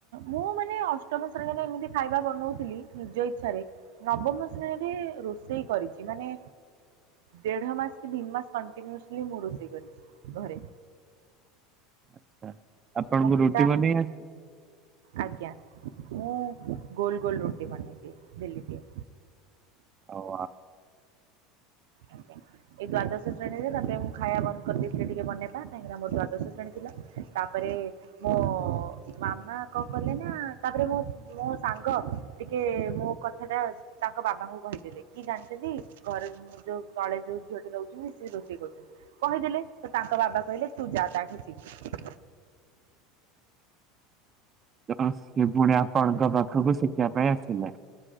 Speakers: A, on the right; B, on the right.
A: ମୁଁ ମାନେ ଅଷ୍ଟମ ଶ୍ରେଣୀରେ ଏମିତି ଖାଇବା ବନଉଥିଲି ନିଜ ଇଛାରେ। ନବମ ଶ୍ରେଣୀରେ ରୋଷେଇ କରିଛି ମାନେ। ଦେଢ ମାସ କି ଦିମାସ କଣ୍ଟିନିୟୁସ୍ଲି ମୁଁ ରୋଷେଇ କରିଛି ଘରେ।
B: ଆଛା ଆପଣଙ୍କୁ
A: ମୋ ପିତା
B: ରୁଟି ବନେଇ ଆସ।
A: ଆଜ୍ଞା ମୁଁ ଗୋଲ ଗୋଲ ରୁଟି ବନେଇଦିଏ ବେଲି ଦିଏ।
B: ହଉ ଆ
A: ଆଜ୍ଞା। ଏଇ ଦ୍ଵାଦଶ ଶ୍ରେଣୀରେ ତାପରେ ମୁଁ ଖାଇବା ବନ୍ଦ କରିଦେଇଥିଲି ଟିକେ ବନେଇବା କାହିଁକିନା ମୋର ଦ୍ଵାଦଶ ଶ୍ରେଣୀ ଥିଲା ତାପରେ। ମୋ ମାମା କଣ କଲେ ନା ତାପରେ ମୋ ମୋ ସାଙ୍ଗ। ଟିକେ ମୋ କଥା ଟା ତାଙ୍କ ବାବାଙ୍କୁ କହିଦେଲେ କି ଜାଣିଛନ୍ତି ଘରେ ଉ ଯୋଉ ତଳେ ଯୋଉ ଝିଅଟି ରହୁଛନ୍ତି ସିଏ ରୋଷେଇ କରୁଛନ୍ତି। କହିଦେଲେ ତ ତାଙ୍କ ବାବା କହିଲେ ତୁଜା ତାଠୁ ସିକି।
B: ତ ସେ ପୁଣି ଆପଣଙ୍କ ପାଖକୁ ଶିଖିବା ପାଇଁ ଆସିଲା।